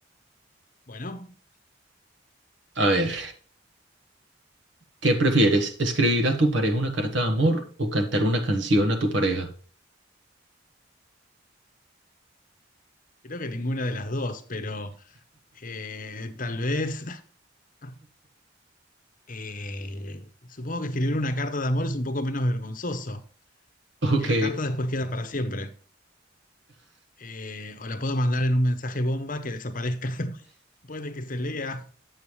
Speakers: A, on the left; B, on the right.
A: Bueno,
B: A ver, ¿qué prefieres? ¿Escribir a tu pareja una carta de amor o cantar una canción a tu pareja?
A: creo que ninguna de las dos, pero eh, tal vez <laughs> eh, supongo que escribir una carta de amor es un poco menos vergonzoso, aunque
B: Ok.
A: la carta después queda para siempre. Eh, o la puedo mandar en un mensaje bomba que desaparezca <laughs> después de que se lea.